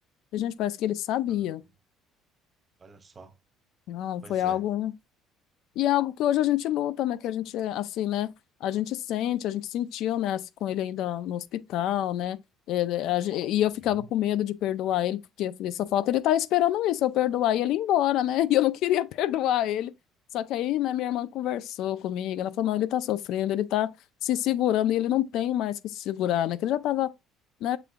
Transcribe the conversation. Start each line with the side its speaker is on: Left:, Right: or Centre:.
Left: E, gente, parece que ele sabia.
Right: Tá vendo? Olha só.
Left: Não,
Right: Pois
Left: foi algo.
Right: é.
Left: E é algo que hoje a gente luta, né? Que a gente, assim, né? A gente sente, a gente sentiu, né? assim, Com ele ainda no hospital, né? é, é, a gen- E eu ficava
Right: Aham.
Left: com medo de perdoar ele, porque eu falei, só falta ele estar esperando isso, eu perdoar e ele ir embora, né? <laughs> E eu não queria perdoar ele. Só que aí, né, minha irmã conversou comigo, ela falou, não, ele tá sofrendo, ele tá se segurando e ele não tem mais que se segurar, né? Que ele já tava, né,